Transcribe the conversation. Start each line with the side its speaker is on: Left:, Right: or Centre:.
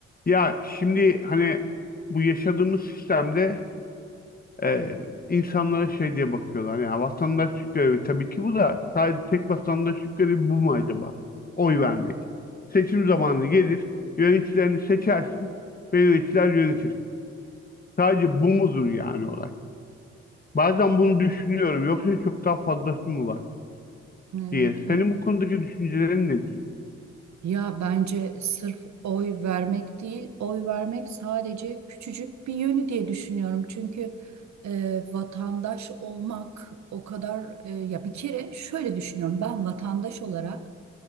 Left: Ya şimdi hani bu yaşadığımız sistemde e, insanlara şey diye bakıyorlar. Yani vatandaş görevi tabii ki bu da sadece tek vatandaşlık görevi bu mu acaba? Oy vermek. Seçim zamanı gelir, yöneticilerini seçersin ve yöneticiler yönetir. Sadece bu mudur yani olay? Bazen bunu düşünüyorum. Yoksa çok daha fazlası mı var
Right: Evet,
Left: diye.
Right: evet.
Left: Senin bu konudaki düşüncelerin nedir?
Right: Ya bence sırf oy vermek değil, oy vermek sadece küçücük bir yönü diye düşünüyorum. Çünkü e, vatandaş olmak o kadar e, ya bir kere şöyle düşünüyorum. Ben vatandaş olarak